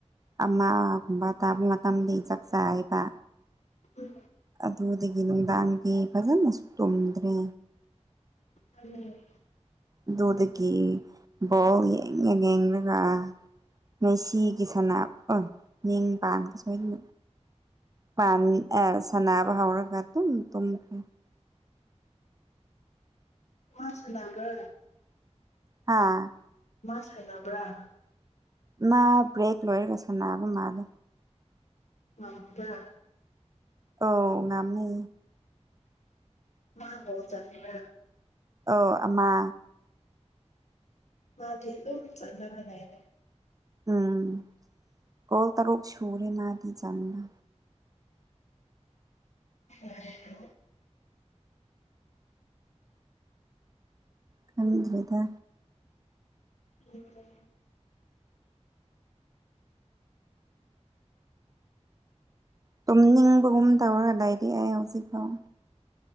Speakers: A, on the right; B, on the left.
A: ꯑꯃꯒꯨꯝꯕ ꯇꯥꯕ ꯃꯇꯝꯗꯩ ꯆꯥꯛꯆꯥꯥꯏꯌꯦꯕ
B: ꯎꯝ
A: ꯑꯗꯨꯗꯒꯤ ꯅꯨꯡꯗꯥꯡꯗꯤ ꯐꯖꯅꯁꯨ ꯇꯨꯝꯗ꯭ꯔꯦ
B: <unintelligible>
A: ꯑꯗꯨꯗꯒꯤ ꯕꯣꯜ ꯌꯦꯡꯉꯦ ꯌꯦꯡꯔꯒ ꯃꯦꯁꯤꯒꯤ ꯁꯅꯥ <unintelligible> ꯃꯤꯡ ꯄꯥꯟꯒꯦ ꯁꯣꯏꯗꯅ ꯄꯥꯟ ꯑꯦꯁ ꯁꯥꯟꯅꯕ ꯍꯧꯔꯒ ꯑꯗꯨꯝ ꯇꯨꯝꯈ꯭ꯔꯦ ꯫
B: ꯋꯥꯁ ꯅꯝꯕꯔ
A: ꯍꯥꯥ
B: ꯋꯥꯁ ꯗꯥ ꯅꯝꯕꯔ ꯍꯥꯏꯕ
A: ꯃꯥ ꯕ꯭ꯔꯦꯛ ꯂꯣꯏꯔꯒ ꯁꯥꯟꯅꯕ ꯃꯥꯜꯂꯦ꯫
B: <unintelligible>
A: ꯑꯧ ꯉꯝꯅꯤ꯫
B: ꯃꯥ ꯕꫭꯜ ꯆꯥꯟꯅꯤꯡꯕ꯭ꯔꯥ ꯍꯥꯏꯕ
A: ꯑꯧ ꯑꯃꯥ
B: ꯃꯥꯗꯤ ꯑꯗꯨ ꯆꯥꯟꯅꯕ ꯍꯥꯏꯌꯦꯕ
A: ꯎꯝ ꯒꯣꯜ ꯇꯔꯨꯛ ꯁꯨꯔꯦ ꯃꯥꯗꯤ ꯆꯥꯟꯅꯕ
B: <unintelligible> ꯂꯩꯇ꯭ꯔꫭ
A: ꯈꯪꯗ꯭ꯔꯦꯗ
B: <unintelligible>
A: ꯇꯨꯝꯅꯤꯡꯕꯒꯨꯝ ꯇꯧꯔ ꯂꯩꯔꯦ ꯑꯩ ꯍꯧꯖꯤꯛꯐꯥꯎ